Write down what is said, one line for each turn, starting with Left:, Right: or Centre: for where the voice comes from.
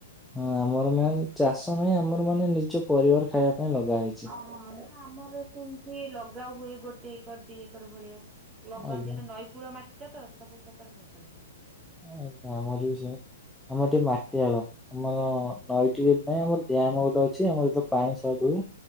Centre: ହଁ ଆମର ମ୍ୟାମ ଚାଷ ନାହିଁ। ଆମର ମାନେ ନିଜ ପରିବାର ଖାଇବା ପାଇଁ ଲଗା ହେଇଚି।
Right: ଓହୋ ନା ଆମର ସେମିତି ଲଗା ହୁଏ। ଗୋଟେ ଏକର ଦିଇ ଏକର ଭଳିଆ। ଲଗାନ୍ତି
Centre: ଆଜ୍ଞା
Right: ଏଇଟା ନଈକୂଳ ମାଟି ଟା ତ ସବୁ ପ୍ରକାର ଫସଲ କରନ୍ତି।
Centre: ଆଜ୍ଞା ଆମର ବି ସେ ଆମର ଟିକେ ମାଟିଆଳ। ଆମର ନଈ ଟିକେ ନାଇଁ ଆମର ଡ୍ୟାମ ଗୋଟେ ଅଛି ଆମର ଯେତେବେଳେ ପାଣି ସଟ ହୁଏ।